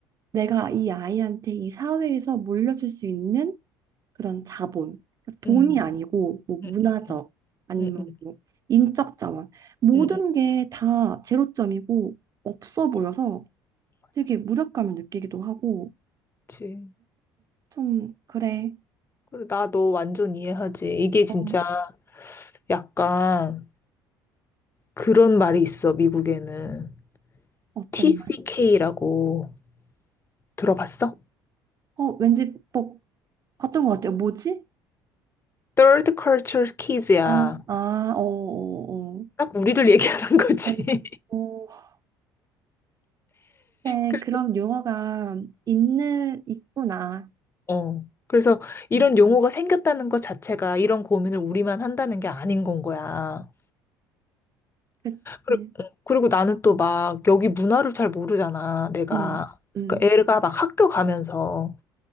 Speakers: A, on the right (about 35°); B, on the left (about 25°).
A: 내가 이 아이한테 이 사회에서 물려줄 수 있는 그런 자본, 돈이
B: 음,
A: 아니고 뭐 문화적
B: 음, 음, 음,
A: 아니면
B: 음, 음,
A: 뭐 인적 자원 모든
B: 음, 음.
A: 게 다 제로점이고 없어
B: 맞아.
A: 보여서
B: 맞아.
A: 되게 무력감을 느끼기도 하고.
B: 그치.
A: 좀 그래.
B: 그래, 나너 완전 이해하지. 이게 진짜
A: 어,
B: 음. 약간 그런 말이 있어, 미국에는.
A: 어떤
B: TCK라고
A: 말?
B: 들어봤어?
A: 어, 왠지 뭐 봤던 것 같아요. 뭐지?
B: Third Culture Kids야.
A: 아, 아, 어, 어,
B: 딱 우리를 얘기하는 거지.
A: 어.
B: <laughs>
A: 어, 어, 네,
B: 그래-
A: 그런 용어가 있는 있구나.
B: 어. 그래서 이런
A: 음,
B: 용어가 생겼다는 것 자체가 이런 고민을 우리만 한다는 게 아닌 건 거야.
A: 그치?
B: 그리- 어, 그리고 나는 또 막 여기 문화를 잘 모르잖아, 내가.
A: 음, 음.
B: 그러니까 애가 막 학교 가면서